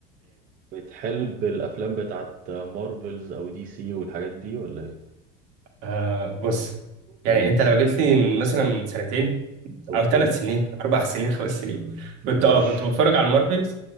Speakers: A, on the right; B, on the right.
A: بتحب الافلام بتاعت مارفلز او دي سي والحاجات دي ولا ايه
B: آه بص يعني
A: امم
B: انت لو جيت لي من مثلا من سنتين
A: اوكي
B: او ثلاث سنين اربع سنين خمس سنين
A: مش
B: كنت اه كنت بتفرج على المارفل